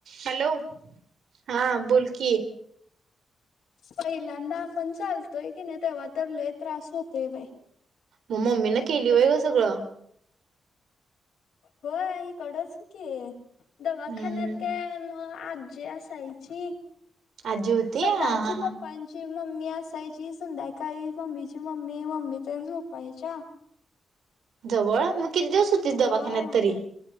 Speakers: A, on the right; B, on the left.
A: Hello हा बोल की
B: पहिल्यांदा आपण चालतोय कीनी तेव्हा तर लय त्रास होतय बाई
A: मग मम्मी न केली होय ग सगळं
B: होय इकडच की दवाखान्यात
A: हम्म
B: काय म आजी असायची
A: आजी होती
B: सकाळची
A: हा हा
B: पप्पांची
A: हा
B: ची मम्मी असायची संध्याकाळी मम्मीची मम्मी मम्मी तेन झोपायच्या
A: जवळ मग किती दिवस होतीस दवाखान्यात
B: होय.
A: तरी